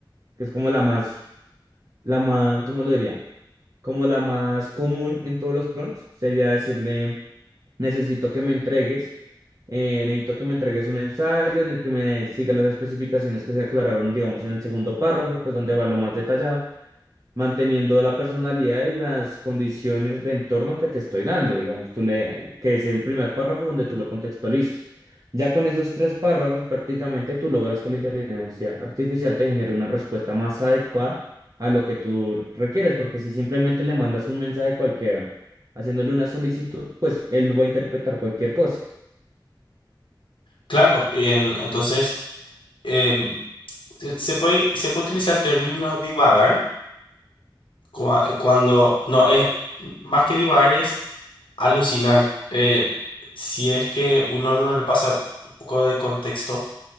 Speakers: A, on the right; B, on the left.
A: que es como la más, la más, ¿cómo lo diría? Como la más común en todos los prompts, sería decirle, necesito que me entregues, eh, necesito que me entregues un ensayo en el que me siga las especificaciones que se aclararon, digamos, en el segundo párrafo, que es donde va lo más detallado manteniendo la personalidad y las condiciones de entorno que te estoy dando, digamos, tú le, que es el primer párrafo donde tú lo contextualizas. Ya con esos tres párrafos prácticamente tú logras que la inteligencia artificial te genere una respuesta más adecuada a lo que tú requieres, porque si simplemente le mandas un mensaje cualquiera haciéndole una solicitud, pues él lo va a interpretar cualquier cosa.
B: Claro, y en- entonces em, se se puede, se puede utilizar el término divagar cua- cuando, no, es más que divagar es Alucinar. Eh, si es que uno no le pasa un poco de contexto,